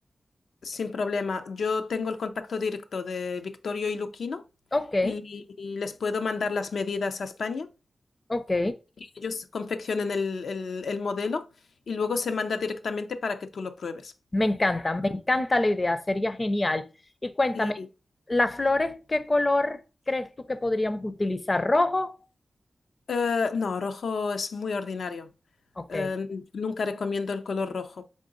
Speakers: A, on the left (about 75°); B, on the left (about 30°).
A: sin problema. Yo tengo el contacto directo de Victorio y Luquino
B: Ok,
A: y, y les puedo mandar las medidas a España.
B: ok.
A: Ellos confeccionan el, el- el modelo y luego se manda directamente para que tú lo pruebes.
B: Me encanta, me encanta la idea, sería genial. Y cuéntame,
A: Y
B: ¿las flores qué color crees tú que podríamos utilizar? ¿Rojo?
A: Eh, no, rojo es muy ordinario.
B: Ok,
A: Eh, nunca recomiendo el color rojo,